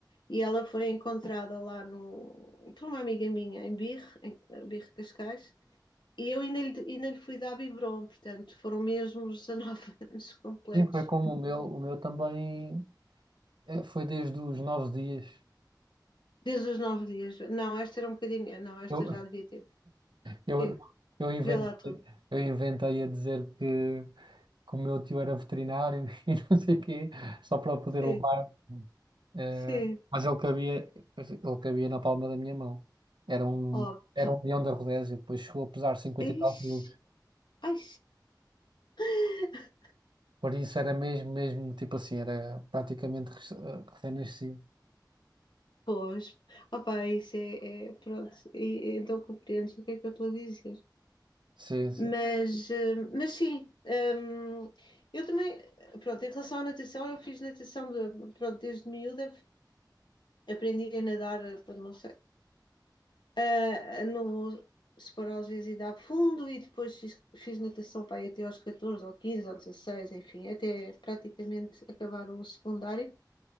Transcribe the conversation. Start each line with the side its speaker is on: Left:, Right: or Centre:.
Left: E ela foi encontrada lá no, por uma amiga minha, em Birre, em Birre Cascais, e eu ainda lhe, ainda lhe fui dar biberon, portanto, foram mesmo os 19 <laughs> anos completos.
Right: Sim, foi como o meu, o meu também eh, foi desde os nove dias.
Left: Desde os nove dias. Não, esta era um bocadinho. Não, esta
Right: Eu,
Left: já devia ter.
Right: eu,
Left: Sim,
Right: eu inventei,
Left: vê lá tu.
Right: eu inventei a dizer que, que o meu tio era veterinário <laughs> e não sei o quê, só para poder
Left: Sim,
Right: levar. eh,
Left: sim.
Right: mas ele cabia, ele cabia na palma da minha mão. Era um,
Left: Oh,
Right: era
Left: pô.
Right: um leão da Rodésia, depois chegou a pesar 50
Left: Ixi,
Right: e tal quilos.
Left: Ai. <laughs>
Right: Por isso era mesmo, mesmo, tipo assim, era praticamente rec- eh, recém-nascido.
Left: Pois, opa, isso é, é- pronto, e então compreendes o que é que eu estou a dizer.
Right: Sim, sim,
Left: Mas, eh, mas sim, hum, eu também, pronto, em relação à natação, eu fiz natação, de- pronto, desde miúda aprendi a nadar, eh, não sei, ah, no Sporalgesia dá fundo e depois fiz, fiz natação para aí até aos 14 ou 15 ou 16 enfim, até praticamente acabar o secundário